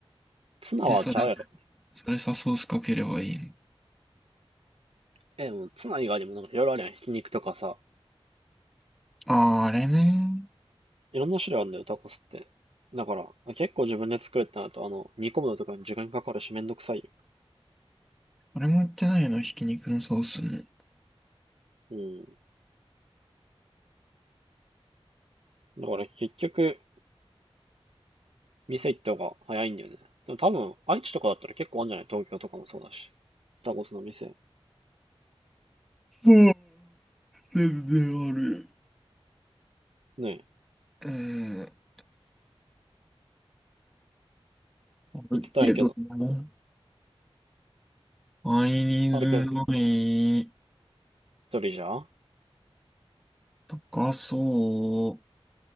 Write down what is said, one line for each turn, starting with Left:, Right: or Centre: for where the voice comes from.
Right: ツナはちゃうやろ。
Centre: で、それ、それさ、ソースかければいいの。
Right: え、もうツナ以外にもなんかいろいろあるやん。ひき肉とかさ。
Centre: あー、あれね。
Right: いろんな種類あるんだよ、タコスって。だから、結構自分で作るってなると、あの、煮込むのとかに時間かかるしめんどくさいよ。
Centre: あれも言ってないの、ひき肉のソースも。
Right: うん。だから結局、店行った方が早いんだよね。でも多分、愛知とかだったら結構あるんじゃない東京とかもそうだし。タコスの店。
Centre: ああ、全然ある。
Right: ねえ、
Centre: うん。あるけども。
Right: 行きたいけど。
Centre: 買いズづらい。
Right: あるけど、一人じゃん
Centre: 高そう。